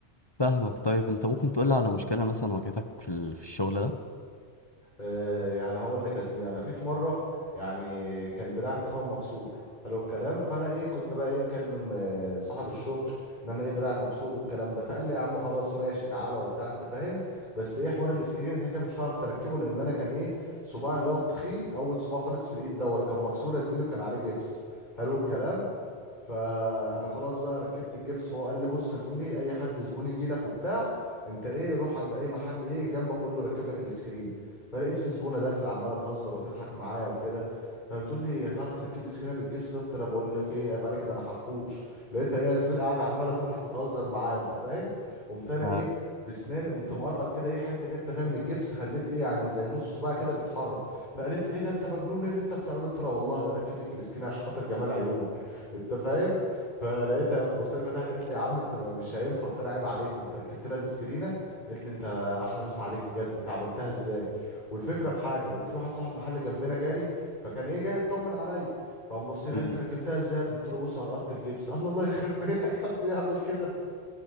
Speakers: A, on the left; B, on the left.
A: فاهمك طيب انت ممكن تقولي على مشكلة مثلا واجهتك في ال- في الشغل ده
B: آه، يعني هقول لك يا زميلي انا في في مره يعني كان دراعي انت فاهم مكسور حلو الكلام فانا ايه كنت بقى ايه مكلم آه، صاحب الشغل ان انا ايه دراعي مكسور والكلام ده فقال لي يا عم خلاص ماشي تعالى وبتاع انت فاهم بس ايه حوار الاسكرين انت كده كده مش هتعرف تركبه لان انا كان ايه صباعي اللي هو التخين اول صباع خالص في الايد دوت كان مكسور يا زميلي وكان عليه جبس حلو الكلام فانا خلاص بقى ركبت الجبس فهو قال لي بص يا زميلي اي حد زبون يجي لك وبتاع انت ايه روح عند اي محل ايه جنبك قول له ركب لك الاسكرين فلقيت في زبونه داخله عماله تهزر وتضحك معايا وكده فبتقول لي هتعرف تركب لي سكينه بالجبس ده قلت لها بقول لك ايه عيب عليك ده انا حرفوش لقيتها هي زميل قاعده عماله تضحك وتهزر معايا انت فاهم قمت انا
A: آه،
B: ايه بسناني قمت مقرقط كده ايه حته كده انت فاهم من الجبس خليت ايه يعني زي نص صباعي كده بيتحرك فقالت لي ايه ده انت مجنون إيه اللي انت بتعمله قلت لها والله اللي اركب لك السكينه عشان خاطر جمال عيونك انت فاهم فلقيتها بتبص لي كده ضحكت، قالت لي يا عم انت ما- مش هينفع قلت لها عيب عليكم انت ركبت لها السكرينه قالت لي انت احلى مسا عليك بجد انت عملتها ازاي والفكره في حاجه وفي واحد صاحب محل جنبنا جالي فكان ايه جاي يطمن عليا فقام بص لي قال
A: م-
B: لي، "أنت ركبتها ازاي يا ابني قلت له بص قرقطت الجبس الله الله يخرب بيتك حد يعمل كده